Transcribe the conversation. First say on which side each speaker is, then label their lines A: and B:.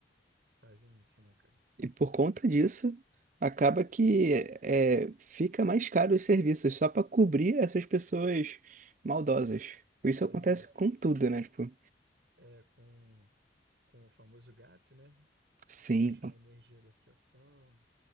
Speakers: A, on the right; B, on the right.
A: fazem isso, né, cara?
B: E por conta disso, acaba que é, fica mais caro os serviços só para cobrir essas pessoas maldosas. Isso acontece
A: Exato.
B: com tudo, né? Tipo,
A: É com, com o famoso gato, né?
B: sim,
A: puxar a energia da fiação,